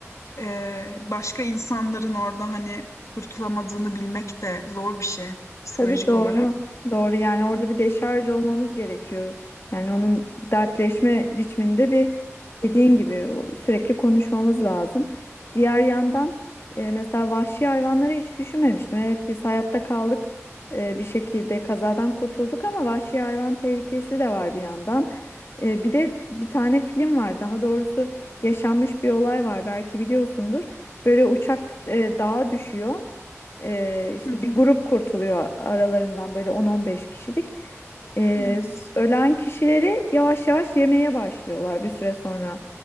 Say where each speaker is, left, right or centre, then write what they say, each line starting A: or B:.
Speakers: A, on the left (about 80°); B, on the left (about 55°).
A: e, başka insanların orada hani kurtulamadığını bilmek de zor bir şey psikolojik
B: Tabii doğru.
A: olarak.
B: Doğru yani orada bir deşarj olmamız gerekiyor. Yani onun dertleşme biçiminde bir dediğin gibi o- sürekli konuşmamız lazım. Diğer yandan e, mesela vahşi hayvanları hiç düşünmemiştim. Evet biz hayatta kaldık e, bir şekilde kazadan kurtulduk ama vahşi hayvan tehlikesi de var bir yandan. E, bir de bir tane film var daha doğrusu yaşanmış bir olay var belki biliyorsundur. Böyle uçak e, dağa düşüyor e, işte
A: Hı hı,
B: bir grup kurtuluyor aralarından böyle 10-15 kişilik. E,
A: Evet.
B: s- ölen kişileri yavaş yavaş yemeye başlıyorlar bir süre sonra.